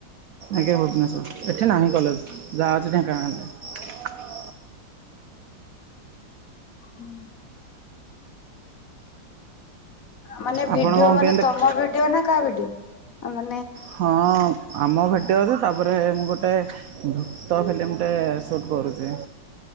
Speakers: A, on the right (about 75°); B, on the left (about 55°).
A: ଆଜ୍ଞା ଭୁବନେଶ୍ୱର ଏଠି ନାହିଁ କଲେଜ୍ ଯା ଅଛି ଢେଙ୍କାନାଳ ରେ।
B: ହୁଁ। ମାନେ ଭିଡିଓ
A: ଆପଣ କଣ
B: ମାନେ
A: କେମିତି
B: ତମ ଭିଡିଓ ନା କା ଭିଡ଼ିଓ ଆମେ
A: ହଁ। ଆମ ଭିଡ଼ିଓରେ ତାପରେ ମୁଁ ଗୋଟେ ଭୂତ ହେଲେ ମୁଁ ଟେ ସୁଟ୍ କରୁଚି।